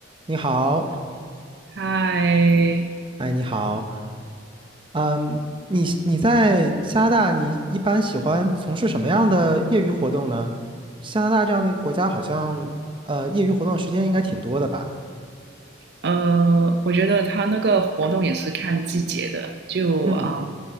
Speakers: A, on the right; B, on the right.
A: 你好，
B: 嗨，
A: 哎，你好，嗯，你你在加拿大，你一般喜欢从事什么样的业余活动呢？加拿大这样的一个国家，好像呃，业余活动时间应该挺多的吧？
B: 呃，我觉得他那个活动也是看季节的，就嗯，
A: 嗯